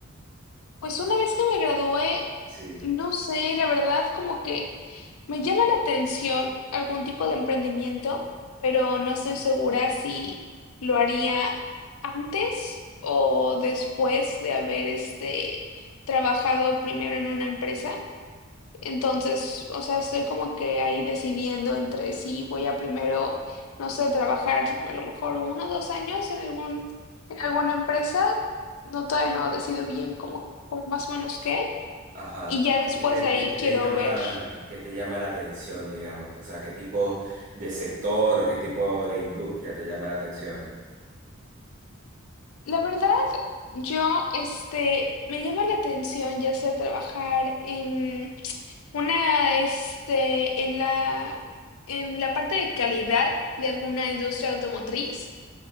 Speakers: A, on the left (about 85°); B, on the right (about 35°).
A: pues una vez que me gradué,
B: Sí,
A: no sé, la verdad, como que Me llama la atención algún tipo de emprendimiento, pero no estoy segura si lo haría antes o después de haber este trabajado primero en una empresa. Entonces, o sea, estoy como que ahí decidiendo entre si voy a primero, no sé, trabajar a lo mejor uno o dos años en algún, en alguna empresa. No, todavía no decido bien cómo, cómo más o menos qué.
B: ajá.
A: Y ya
B: ¿Y
A: después
B: qué te,
A: de ahí
B: y qué te
A: quiero
B: llama,
A: ver.
B: qué te llama la atención, digamos? O sea, ¿qué tipo de sector o qué tipo de industria te llama la atención?
A: La verdad, yo, este, me llama la atención ya sea trabajar en una, este, en la, en la parte de calidad de alguna industria automotriz